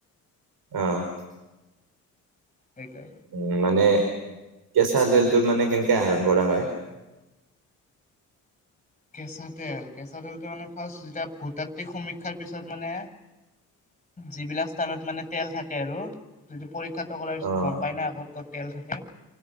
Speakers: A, on the right; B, on the left.
A: অ'
B: সেইেটোৱে।
A: উম, মানে কেঁচা জেলটো মানে কেনেকে আহৰণ কৰা হয়।
B: কেঁচা তেল, কেঁচা তেলটো মানে ফাৰ্ষ্ট যেতিয়া ভূতাত্ত্বিক সমীক্ষাৰ পিছত মানে যিবিলাক স্থানত মানে তেল থাকে আৰু যিটো পৰীক্ষাটো কৰাৰ পিছত
A: অ
B: গম পাই না ক'ত ক'ত তেল থাকে'